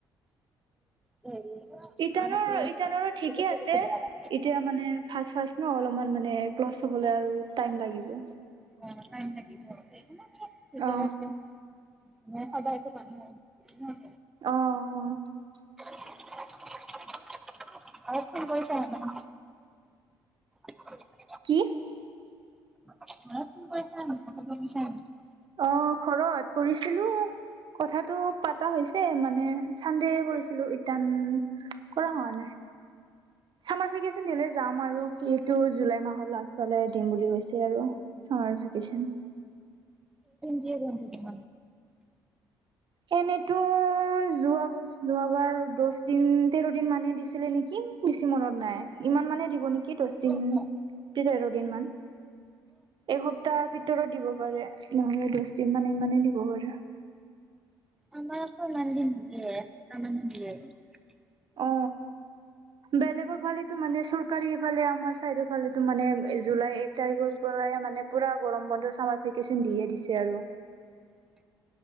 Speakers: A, in the centre; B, on the right.
A: হেৰি <unintelligible>
B: ইটানৰ
A: মানে ক্ল'জ
B: ইটানৰো ঠিকে আছে এতিয়া
A: বেয়া লাগে।
B: মানে ফাৰ্ষ্ট ফাৰ্ষ্ট ন অলপমান মানে মানে ক্লচ হবলে টাইম লাগিব
A: একো লাগিব সেই ঠিকে
B: অ
A: আছে ম সদায়তো মানু ল <unintelligible> উম <unintelligible>
B: অহ অহ
A: <unintelligible> <inaudible> অলপ ফোন কৰিছা নে মান <unintelligible>
B: কি
A: ঘৰত ফোন কৰিছা নাই খবৰ হুদিছা নাই
B: অ ঘৰত কৰিছিলো কথাটো পাতা হৈছে মানে চানডে কৰিছিলো ইটান কৰা হোৱা নাই চামাৰ ভেকেচন দিলে যাম আৰু এইটো জুলাই মাহৰ লাষ্ট ফালে দিম বুলি কৈছে আৰু চামাৰ ভেকেশচন
A: কি <unintelligible>
B: এনেতো যোৱ ব যোৱাবাৰ দহ দিন তেৰ দিন মানহে দিছিলে নেকি কি বেছি মনত নাই ইমান মানে দিব নেকি দহ
A: তোমালোকৰ?
B: দিন তেৰ দিন মান এসপ্তাহ ভিতৰত দিব পাৰে নহলে দ যিমানে ইমানেই দিব পাৰে
A: আমাৰ ক ইমান দিন নিদিয়ে এহপ্তাহ মানে দিয়ে <unintelligible>
B: অ বেলেগৰ ফালেটো মানে চৰকাৰ এইফালে আমাৰ চাইডৰ ফালেটো মানে জুলাই এক তাৰিখৰ পৰাই মানে পুৰা গৰম বন্ধৰ চ ভেকচন দিয়ে দিছে আৰু
A: <unintelligible>